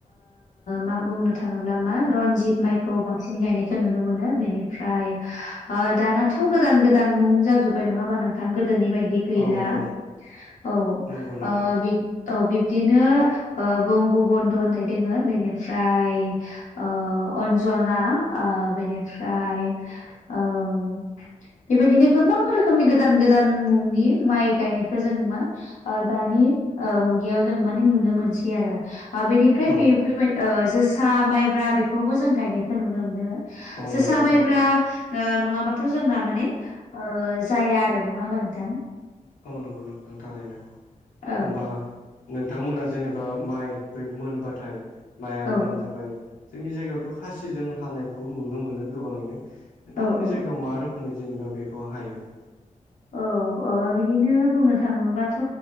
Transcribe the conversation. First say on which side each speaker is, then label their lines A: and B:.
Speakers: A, on the left; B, on the left.
A: मा बुंनो थाङोब्ला मा रनजित जित माइखौ बांसिन गायनाय खौ नुनो मोनो बेनिफ्राय दानाथ' गोदान गोदान मुं जाजोबबाय नङा होमबा नों थां गोदोनि बायदि गैला
B: औ औ
A: औ
B: नंगौ नोंथां
A: बि औ बिब्दिनो ओ बंग' बन्द' होननाय दोङो बेनि फ्राय ओ अन्जना ओ बेनिफ्राय ओम बेबायदिनो गोबां रोखोमनि गोदान गोदान मुंनि माइ गायनायखौ जों मा ओ दानि मुगायाव ओ जोङो माने नुनो मोनसै आरो बेनिफ्राय
B: औ
A: बेफोरबाय ओ जोसा माइब्रा बेखौबो जों गायनायखौ नुनो मोनो
B: औ
A: जोसा
B: नंगौ
A: माइब्रा
B: थारैनो
A: ओ नङाबाथ' जोंना माने जाया आरो नङा होमबा नोंथां?
B: औ नंगौ नोंथां थारैनो
A: औ
B: ओमबा नोंथांमोना जेनेबा माइ बै मोनबाथाय माइआ
A: औ
B: गोमोन जाबाय जोंनि जायगायावथ' खासिजों हानायखौ नुनो मोनो गोबाङैनो नोंथांमोननि
A: औ औ
B: जायगा बेयाव मा रोखोमै जेनेबा बेखौ हायो।
A: औ ओ बिदिनो बुंनो थाङोबथ'